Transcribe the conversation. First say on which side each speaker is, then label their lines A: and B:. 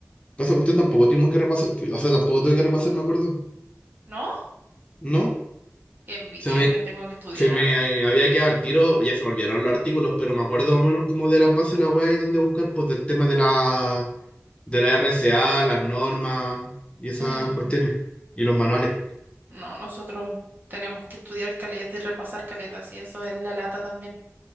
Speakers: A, on the left; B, on the right.
A: Pasa cuestión, tampoco tuvimos que repasar, que- o sea, tampoco tuve que repasar, me acuerdo.
B: ¿No?
A: ¿No?
B: Qué envidia,
A: Se me,
B: yo tengo que estudiar
A: se me
B: harto.
A: eh, había quedado al tiro, ya se me olvidaron los artículos, pero me acuerdo más o menos como de las bases de la web y dónde buscar, pues del tema de la, de la R C A las normas y esas
B: Mm,
A: cuestiones. Y los manuales.
B: no, nosotros tenemos que estudiar caleta y repasar caleta, y eso es la lata también.